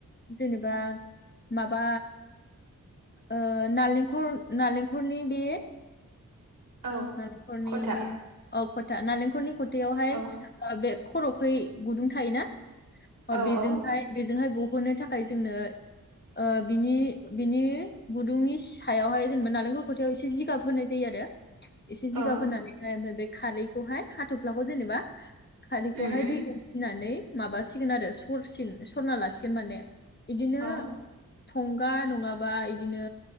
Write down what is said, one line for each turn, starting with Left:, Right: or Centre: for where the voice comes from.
Left: जेनेबा माबा ओ नालेंखर नालेंखरनि बे
Right: औ
Left: नारेंखरनि
Right: खथा
Left: ओफ खथा नालेंखरनि खथाययावहाय
Right: औ
Left: ओ बे खर'खै गुदुं थायोना? अ
Right: औ
Left: बेजोंहाय
Right: औ
Left: बे जोंहाय गुखनो थाख खाय जोंनो ओ बिनि बिनि गुदुंनि सायावहाय जेनेबा नालेंखल खथायाव एसे जिगाब होनाय जायो आरो । एसे जिगाब
Right: ओ
Left: होनानै हाय उमफाय बेख खारैखौहाय हाथ'फ्लाखौ जेनेबा खालि खौहाय
Right: उम उम
Left: दैजों फिनानै माबासिगोन आरो सरसिन सरना लासिगोन माने । बिदिनो
Right: औ
Left: थंगा नंङाबा इदिनो